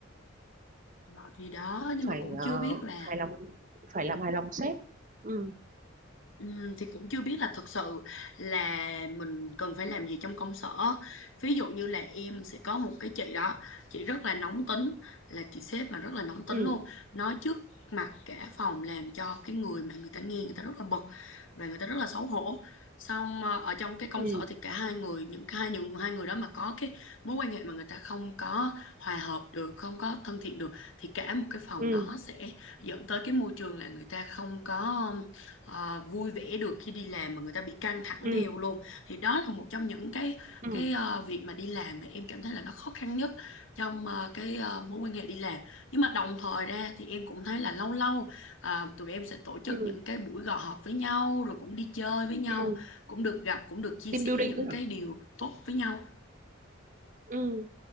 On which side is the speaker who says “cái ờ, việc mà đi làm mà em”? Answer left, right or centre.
Left